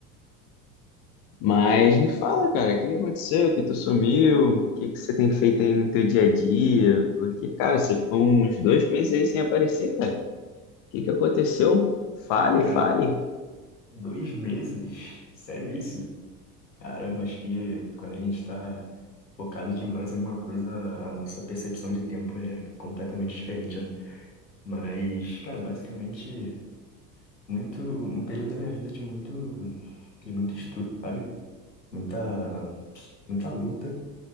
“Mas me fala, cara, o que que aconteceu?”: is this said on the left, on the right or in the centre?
Left